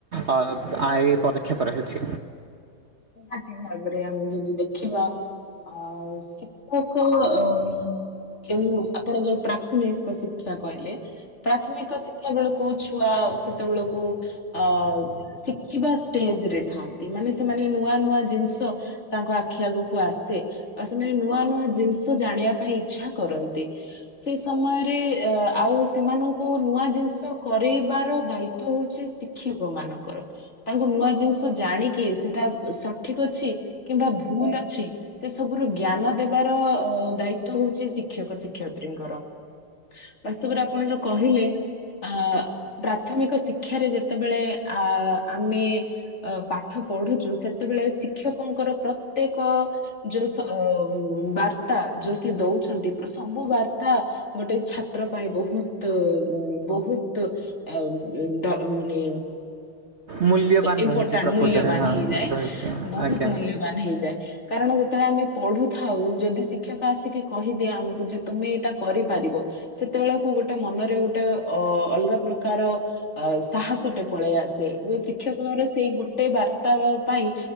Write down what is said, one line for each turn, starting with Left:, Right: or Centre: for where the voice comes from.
Right: ଅ ଆଏ ପଦକ୍ଷେପ ରହିଛି।
Left: ନିହାତି ଭାବରେ ଆମେ ଯଦି ଦେଖିବା ଆଉ ଶିକ୍ଷକ ଓଂ ଏଉଁ ଆପଣ ଯୋଉ ପ୍ରାଥମିକ ଶିକ୍ଷା କହିଲେ ପ୍ରାଥମିକ ଶିକ୍ଷା ବେଳକୁ ମୁଁ ଛୁଆ। ସେତେବେଳକୁ ଅଉ ଶିଖିବା ଷ୍ଟେଜରେ ଥାଆନ୍ତି। ମାନେ ସେମାନେ ନୂଆ ନୂଆ ଜିନିଷ ତାଙ୍କ ଆଖି ଆଗକୁ ଆସେ। ଆଉ ସେମାନେ ନୂଆ ନୂଆ ଜିନିଷ ଜାଣିବା ପାଇଁ ଇଚ୍ଛା କରନ୍ତି। ସେ ସମୟରେ ଅ ଆଉ ସେମାନଙ୍କୁ, ନୂଆ ଜିନିଷ କରେଇବାର ଦାୟିତ ହେଉଛି ଶି ଶିକ୍ଷକ ମାନଙ୍କର। ତାଙ୍କୁ ନୂଆ ଜିନିଷ ଜାଣିକି ସେଟାବ ସଠିକ ଅଛି କିମ୍ବା ଭୁଲ ଅଛି। ସେ ସବୁ ର ଜ୍ଞାନ ଦେବାର ଅ ଦାୟିତ୍ଵ ହଉଛି ଶିକ୍ଷକ ଶିକ୍ଷୟତ୍ରୀଙ୍କର। ବାସ୍ତବରେ ଆପଣ ଯୋଉ କହିଲେ! ଆ ପ୍ରାଥମିକ ଶିକ୍ଷାରେ ଯେତେବେଳେ ଆ ଆମେ ଅ ପାଠ ପଢୁଛୁ। ସେତେବେଳେ ଶିକ୍ଷକଙ୍କର ପ୍ରତ୍ୟେକ ଯେ ସୋ ଅଉ ବାର୍ତ୍ତା ଯୋଉ ସେ ଦଉଛନ୍ତି। ସବୁ ବାର୍ତ୍ତା ଗୋଟେ ଛାତ୍ର ପାଇଁ ବହୁତ, ବହୁତ ଆ ମାନେ
Right: ମୂଲ୍ୟବାନ
Left: ଇମ୍ପୋର୍ଟାଣ୍ଟ
Right: ରହିଛି ପ୍ରକୃତରେ
Left: ମୂଲ୍ୟବାନ
Right: ହଁ
Left: <unintelligible> ଧିରେ
Right: ରହିଛି
Left: ବହୁତ
Right: ଆଜ୍ଞା
Left: ମୂଲ୍ୟବାନ ହେଇଯାଏ। କାରଣ ଯେତେବେଳେ ଆମେ ପଢୁଥାଉ, ଯଦି ଶିକ୍ଷକ ଆସିକି କହିଦିଏ ଆମକୁ, ଯେ ତୁମେ ଏଇଟା କରିପାରିବ। ସେତେବେଳକୁ ଗୋଟେ ମନରେ ଗୋଟେ ଅ ଅଲଗା ପ୍ରକାର ଅ ସାହସଟେ ପଳେଇ ଆସେ। ଓ ଶିକ୍ଷକଙ୍କର ସେଇ ଗୋଟେ ବାର୍ତ୍ତାବ ପାଇଁ